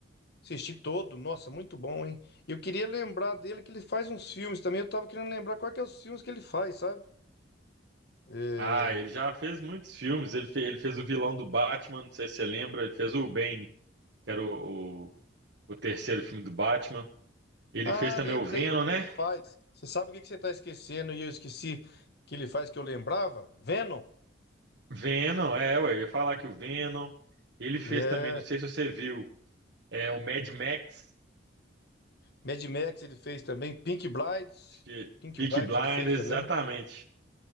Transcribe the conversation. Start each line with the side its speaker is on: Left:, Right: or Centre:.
Left: assisti todo, nossa, muito bom, hein? Eu queria lembrar dele que ele faz uns filmes também. Eu tava querendo lembrar quais que é os filmes que ele faz, sabe? É...
Right: Ah, ele já fez muitos filmes. Ele, fe- ele fez o vilão do Batman, não sei se você lembra. Ele fez o Bane, que era o, o, o terceiro filme do Batman. Ele
Left: Ah,
Right: fez também
Left: lembrei
Right: o Venom,
Left: o que
Right: né?
Left: que ele faz. Você sabe o que que você tá esquecendo e eu esqueci que ele faz que eu lembrava? Venom.
Right: Venom, é, ué, eu ia falar que o Venom. Ele fez
Left: É.
Right: também, não sei se você viu, é o Mad Max,
Left: Mad Max ele fez também. Pink Brides.
Right: Pe-
Left: Pink
Right: Peaky
Left: Brides
Right: Blinders,
Left: ele fez também.
Right: exatamente.